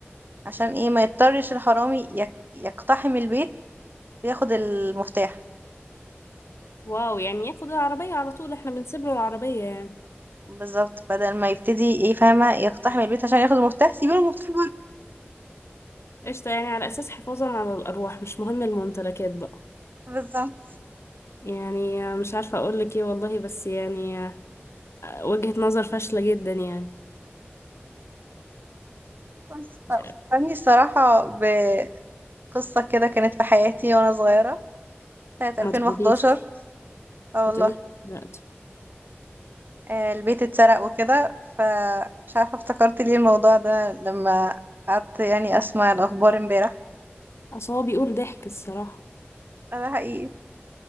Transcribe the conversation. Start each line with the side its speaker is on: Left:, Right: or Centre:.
Right: عشان ايه ما يضطرش الحرامي يق- يقتحم البيت وياخد المفتاح
Left: واو يعني ياخد العربية على طول احنا بنسيب له العربية يعني
Right: بالظبط بدل ما يبتدي ايه فاهمة يقتحم البيت عشان ياخد المفتاح سيبوا المفتاح
Left: قشطة يعني على أساس حفاظا على الأرواح مش مهم الممتلكات بقى
Right: بالظبط
Left: يعني آه، مش عارفة أقولك ايه والله بس يعني آه، وجهة نظر فاشلة جدا يعني
Right: بس
Left: مش
Right: فكرني الصراحة بقصة كده كانت في حياتي وأنا صغيرة سنة
Left: ما
Right: 2011
Left: تقوليش
Right: اه
Left: ما
Right: والله
Left: تقوليش لا
Right: آه، البيت اتسرق وكده فمش عارفة افتكرت ليه الموضوع ده لما قعدت يعني أسمع الأخبار امبارح
Left: أصل هو بيقول ضحك الصراحة
Right: آه، ده حقيقي